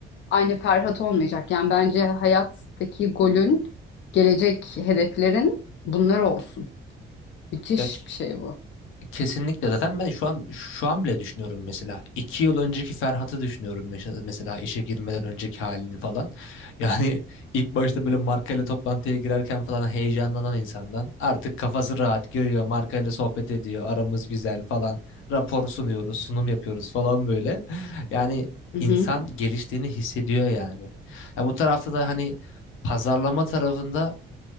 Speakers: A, on the left (about 65°); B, on the left (about 85°).
A: aynı Ferhat olmayacak. Yani bence hayattaki golün, gelecek hedeflerin bunlar olsun. Müthiş
B: Ya
A: bir şey bu.
B: Kesinlikle zaten ben şu an şu an bile düşünüyorum mesela. İki yıl önceki Ferhat'ı düşünüyorum meş- mesela işe girmeden önceki halini falan. <laughs> Yani ilk başta böyle markayla toplantıya girerken falan heyecanlanan insandan artık kafası rahat görüyor markayla sohbet ediyor aramız güzel falan rapor sunuyoruz sunum yapıyoruz falan böyle. <laughs> Yani
A: Hı
B: insan
A: hı.
B: geliştiğini hissediyor yani. Ya bu tarafta da hani pazarlama tarafında